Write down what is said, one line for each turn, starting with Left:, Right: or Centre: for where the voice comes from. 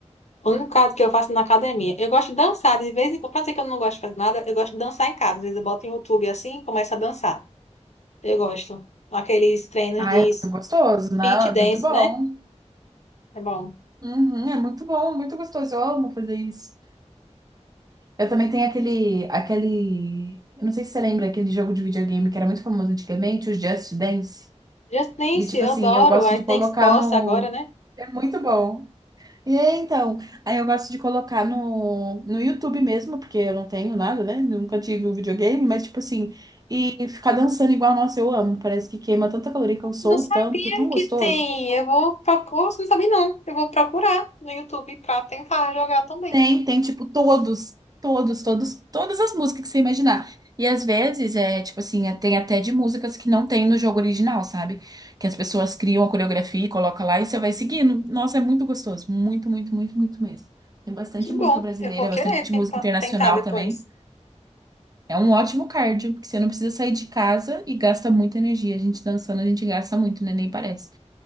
Left: O único caso que eu faço na academia. Eu gosto de dançar, de vez em quando. Pra dizer que eu não gosto de fazer nada, eu gosto de dançar em casa. Às vezes eu boto em YouTube assim e começo a dançar. Eu gosto. Aqueles treinos
Right: Ah,
Left: de
Right: é muito gostoso. Não,
Left: fit
Right: é
Left: dance,
Right: muito bom.
Left: né? É bom.
Right: Uhum, é muito bom, muito gostoso. Eu amo fazer isso. Eu também tenho aquele, aquele... Eu não sei se você lembra, aquele jogo de videogame que era muito famoso antigamente, o Just Dance.
Left: Just Dance,
Right: E, tipo
Left: eu
Right: assim,
Left: adoro.
Right: eu gosto
Left: I
Right: de
Left: Thanks
Right: colocar
Left: Bossa
Right: no...
Left: agora, né?
Right: É muito bom. E aí, então, aí eu gosto de colocar no, no YouTube mesmo, porque eu não tenho nada, né? Nunca tive um videogame, mas tipo assim, e ficar dançando igual, nossa, eu amo. Parece que queima tanta caloria que eu sou
Left: Não sabia
Right: tanto, é tão gostoso.
Left: que tem. Eu vou procurar. Não sabia, não. Eu vou procurar no YouTube pra tentar jogar também.
Right: Tem, tem tipo todos, todos, todos, todas as músicas que você imaginar. E às vezes é tipo assim, é- tem até de músicas que não tem no jogo original, sabe? Que as pessoas criam a coreografia e colocam lá e você vai seguindo. Nossa, é muito gostoso, muito, muito, muito, muito mesmo. Tem bastante
Left: Que bom,
Right: música brasileira,
Left: eu vou querer
Right: bastante
Left: tempa-
Right: música internacional
Left: tentar depois.
Right: também. É um ótimo cardio, porque você não precisa sair de casa e gasta muita energia. A gente dançando, a gente gasta muito, né? Nem parece.